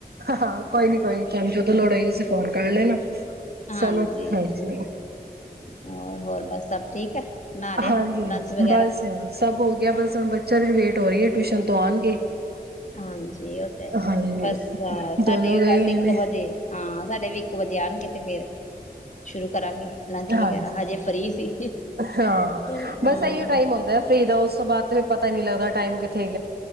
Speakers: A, on the right (about 75°); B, on the left (about 50°).
A: ਹਾਂ ਕੋਈ ਨੀ ਕੋਈ ਨੀ ਤੁ ਤਾਂ ਲੋੜ ਆ ਸੀ ਫੋਨ ਕਰ ਲਏ
B: ਹਾਂਜੀ।
A: ਚਲੋ ਠਾਂ ਜ
B: ਹੋਰ ਹੋਰ ਬਸ ਸਭ ਠੀਕ ਹੈ ਨਹਾ ਲਿਆ
A: ਹਾਂਜੀ
B: ਲੰਚ
A: ਹ
B: ਵਗੈਰਾ
A: ਬਸ ਸਭ ਹੋ ਗਿਆ ਬਸੁਣ ਬੱਚਾ ਵੇਟ ਪਟੋਰੀਏ ਟਿਊਸ਼ਨ ਤੋਂ ਆਉਣਗੇ
B: ਹਾਂਜੀ ਉਹ ਤਾਂ
A: ਹਾਂਜੀ,
B: ਬਸ ਸਾਡੇ
A: ਦੋਨੋ
B: ਵੀ
A: ਗਏ
B: ਬਸ
A: ਹੋਏ
B: ਇੱਕ
A: ਨੇ।
B: ਵਜੇ ਹਾਂ ਸਾਡੇ ਵੀ ਇੱਕ ਵਜੇ ਆਉਣਗੇ ਤੇ ਫੇਰ ਸ਼ੁਰੂ ਕਰਾਂਗੇ ਲੰਚ
A: ਹਾਂਜੀ।
B: ਵਗੈਰਾ ਹਜੇ ਫਰੀ ਸੀ
A: ਹਾਂ,
B: ਹ
A: ਬਸ ਇਹੀਓ ਟਾਈਮ ਹੁੰਦਾ ਫ੍ਰੀ ਦਾ ਉਸ ਤੋਂ ਬਾਅਦ ਤੇ ਪਤਾ ਨਹੀਂੀ ਲੱਗਦਾ ਟਾਈਮ ਕਿੱਥੇ ਹੈ